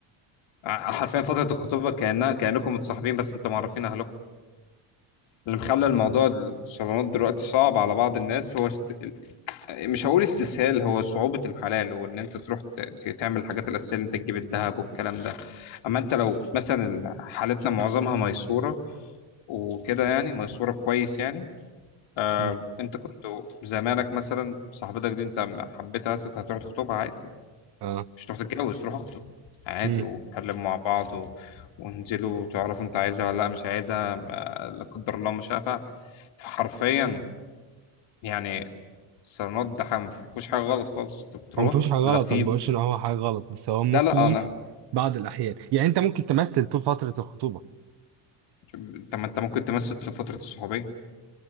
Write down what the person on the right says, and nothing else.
مم.
اه
مم.
هو ما فيهوش حاجة غلط
انا بقولش ان هو حاجة غلط بس هو مخيف
بعض الأحيان يعني انت ممكن تمثل طول فترة الخطوبة